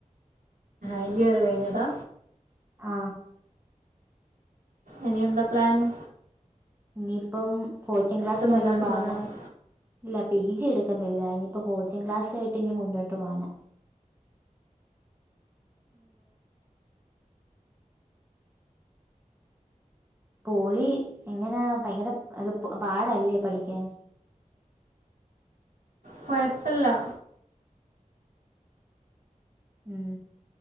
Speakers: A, on the right (about 80°); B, on the right (about 15°).
A: ഈ ഇയറ് കയിഞ്ഞതാ
B: ആ
A: ഇനി എന്താപ്ലാന്?
B: നിർ പ്പം കോച്ചിങ് ക്ലാസ്സിന്
A: മുന്നോട്ട്
B: വല്ലം പാവനാ
A: പോകുന്നതാണോ
B: ഇല്ല പി ജി എട്ക്ക്ന്നില്ല ഇനിയിപ്പോ കോച്ചിങ് ക്ലാസ്സുയേറ്റ് ഇഞ്ഞ് മുന്നോട്ട് പോനം പോളി എങ്ങനാ ഭയങ്കര അത് പാടാല്ലേ പഠിക്കാൻ
A: കൊയപ്പല്ല.
B: ഉം